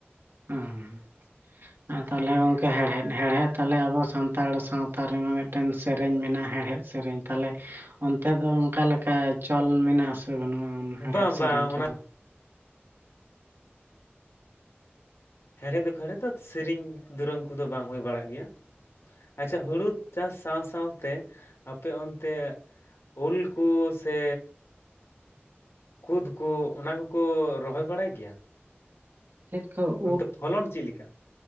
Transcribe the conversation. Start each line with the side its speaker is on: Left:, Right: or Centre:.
Right: ᱦᱮᱸᱦᱮᱸ᱾
Left: <inaudible>
Right: ᱟᱨ ᱛᱟᱦᱚᱞᱮ ᱜᱚᱝᱠᱮ ᱦᱮᱲᱦᱮᱫ ᱦᱮᱲᱦᱮᱫ ᱛᱟᱞᱦᱮ ᱟᱵᱚ ᱥᱟᱱᱛᱟᱲ ᱥᱟᱶᱛᱟ ᱨᱮᱢᱟ ᱢᱤᱫᱴᱮᱱ ᱥᱮᱨᱮᱧ ᱢᱮᱱᱟᱜᱼᱟ ᱦᱮᱲᱦᱮᱫ ᱥᱮᱨᱮᱧ ᱛᱟᱦᱚᱞᱮ, ᱚᱱᱛᱮ ᱫᱚ ᱚᱱᱠᱟ ᱞᱮᱠᱟ ᱪᱚᱞ ᱢᱮᱱᱟᱜ-ᱟ ᱥᱮ ᱵᱟᱹᱱᱩᱜᱼᱟ ᱦᱮᱲᱦᱮᱫ
Left: ᱵᱟᱝ ᱵᱟᱝ
Right: ᱥᱮᱨᱮᱧ ᱠᱚᱫᱚ?
Left: ᱚᱱᱟ ᱦᱮᱲᱦᱮᱫ ᱫᱚᱠᱚ ᱦᱮᱲᱦᱮᱫᱟ ᱥᱮᱨᱮᱧ ᱫᱩᱨᱟᱹᱝ ᱠᱚᱫᱚ ᱵᱟᱝ ᱦᱩᱭ ᱵᱟᱲᱟᱜ ᱜᱮᱭᱟ ᱟᱪᱪᱷᱟ ᱦᱩᱲᱩ ᱪᱟᱥ ᱥᱟᱶ ᱥᱟᱶᱛᱮ ᱟᱯᱮ ᱚᱱᱛᱮ ᱩᱞ ᱠᱚ ᱥᱮ ᱠᱩᱫᱽ ᱠᱚ ᱚᱱᱟ ᱠᱚᱠᱚ ᱨᱚᱦᱚᱭ ᱵᱟᱲᱟᱭ ᱜᱮᱭᱟ?
Right: ᱠᱷᱮᱫ <unintelligible>
Left: ᱚᱱᱛᱮ ᱯᱷᱚᱞᱚᱱ ᱪᱮᱫ ᱞᱮᱠᱟ?